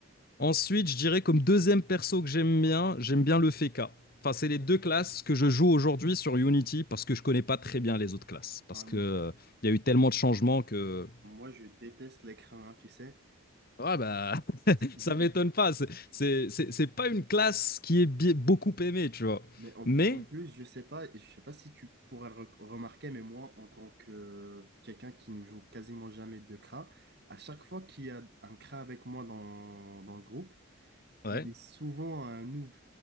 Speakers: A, on the left; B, on the right.
A: Ensuite, je dirais comme deuxième perso que j'aime bien, j'aime bien le Feka. Enfin, c'est les deux classes que je joue aujourd'hui sur Unity parce que je connais pas très bien les autres classes. Parce
B: Ah,
A: que
B: m-
A: euh, il y a eu tellement de changements que.
B: moi, je déteste l'écran, hein, tu sais.
A: Ouais, bah,
B: Je-
A: Ça m'étonne pas. C'est c'est- c'est- c'est pas une classe qui est bi- beaucoup aimée, tu vois.
B: Mais en
A: Mais,
B: plus, en plus, je sais pas, je sais pas si tu pourras le re- remarquer, mais moi, en tant que euh, quelqu'un qui ne joue quasiment jamais de CRA, à chaque fois qu'il y a un CRA avec moi dans, dans le groupe,
A: ouais.
B: il est souvent un noob.